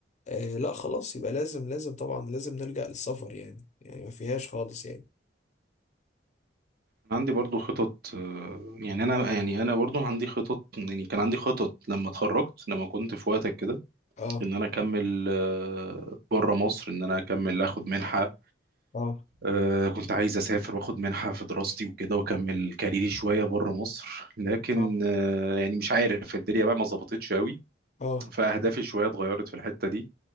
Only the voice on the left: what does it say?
آه، لا خلاص يبقى لازم لازم طبعا لازم نلجأ للسفر يعني يعني ما فيهاش خالص يعني
اه
اه
اه
اه